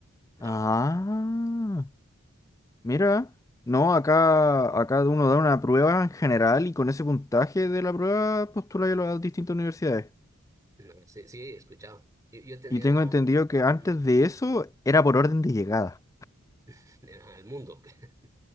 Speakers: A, on the right (about 15°); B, on the left (about 15°).
A: nada
B: Ah,
A: más.
B: mira, no, acá, acá uno da una prueba en general y con ese puntaje de la prueba postula a las distintas universidades.
A: No, sí, sí, he escuchado. Yo, yo tenía
B: Y tengo entendido que antes
A: mm,
B: de eso era por orden de llegada.
A: <laughs> al mundo. <laughs>